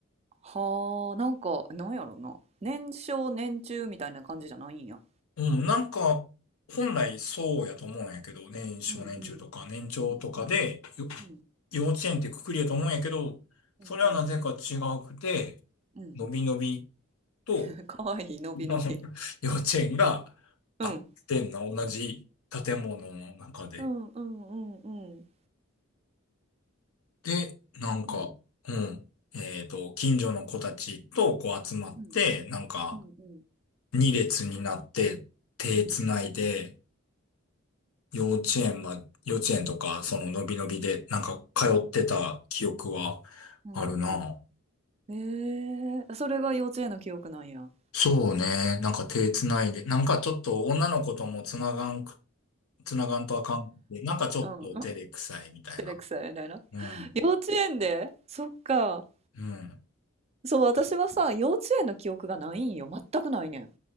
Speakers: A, on the right; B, on the left.
A: はあ、なんか、なんやろな。年少年中みたいな感じじゃないんや。
B: うん、なんか、本来そうやと思うんやけど、年少年中とか年長とかで、
A: うんうんうんうん
B: よ
A: うん
B: 幼稚園ってくくりやと思うんやけど、
A: うんうん
B: それはなぜか違くて、
A: うん。
B: 伸び伸びと、
A: <laughs> かわいい、
B: <laughs>
A: のびのび。
B: あの幼稚園があってんな、
A: うん。
B: 同じ建物の中で。
A: うんうんうんうん
B: で、なんか、
A: うんうん
B: うん。えっと、近所の子たちとこう集まって、
A: うん
B: なんか、
A: うんうん
B: 二列になって、手つないで、
A: うんうん
B: 幼稚園ま、幼稚園とか、その、のびのびで、なんか、通ってた記憶は
A: うんうん。
B: あるな。
A: えー、それが幼稚園の記憶なんや。
B: そうね。なんか手つないで、なんかちょっと女の子ともつながんく、つながんとあかんくて、なんかちょっと照れくさいみたいな。
A: うんうん。照れくさいみたいな。
B: うん。
A: 幼稚園でそっか。
B: うん。
A: そう、私はさ、幼稚園の記憶がないんよ。全くないねん。